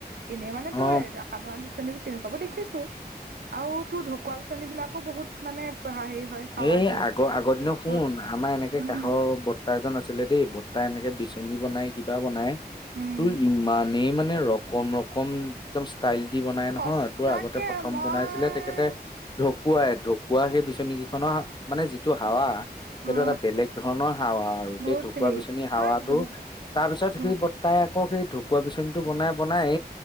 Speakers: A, on the right; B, on the left.
A: এনেই মানে
B: অ
A: তোৰ সাধাৰণ বিচনী নী তেনেকুৱাবো দেখিছো আৰু তোৰ ঢকুৱা বিচনী বিলাকো বহুত মানে হেৰি হয়। হাৱা
B: এই
A: দিয়ে।
B: আগৰ আগৰ দিনত শুন
A: বহুত
B: আমাৰ এনেকে
A: উম
B: কাষৰ বৰ্তা বৰ্তা এজন আছিলে দেই বৰ্তাই এনেকে বিচনী বনাই কিবা বনাই।
A: উম।
B: তোৰ ইমানেই মানে ৰকম ৰকম একদম ষ্টাইল দি বনাই
A: সঁচাকে
B: নহয় তোৰ আগতে প্ৰথম
A: মই
B: বনাইছিলে তেখেতে ঢকুৱাই। ঢকুৱা সেই বিচনীকেইখনৰ মানে যিটো হাৱা সেইটো
A: অ
B: এটা বেলেগ ধৰণৰ হাৱা আৰু
A: বহুত
B: সেই ঢুকুৱা
A: হেৰি
B: বিচনীৰ হাৱাটো।
A: নহয় ঢ
B: তাৰ পিছত
A: ঢকুৱা
B: সেই বৰ্তাই আকৌ সেই ঢকুৱা বিচনীটো বনাই বনাই